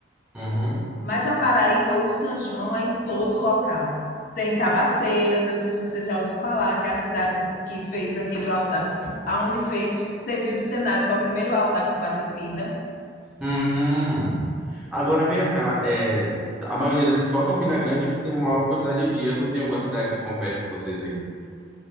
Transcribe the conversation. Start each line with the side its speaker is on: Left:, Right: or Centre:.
Centre: Uhum.
Left: Mas na Paraíba, o São João é em todo local. Tem Cabaceiras, eu não sei se você já ouviu falar, que é a cidade que fez aquele altar, aonde fez, serviu de cenário para o primeiro alto da Compadecida.
Centre: Hum. Agora vem cá, é, a maioria dessas, só Campina Grande que tem uma maior quantidade de dias, ou tem alguma cidade que compete com vocês aí?